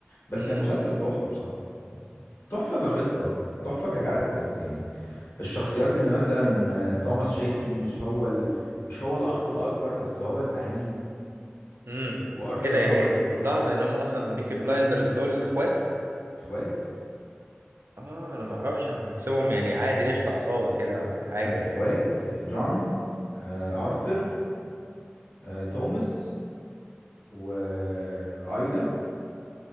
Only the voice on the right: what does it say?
امم
امم
ايه ده يعني
لحظه يعني هم اصلا بيكي بلايندرز دول اخوات
اه انا ما اعرفش انا بحسبهم يعني عادي قشطه عصابه كده او
حاجه يعني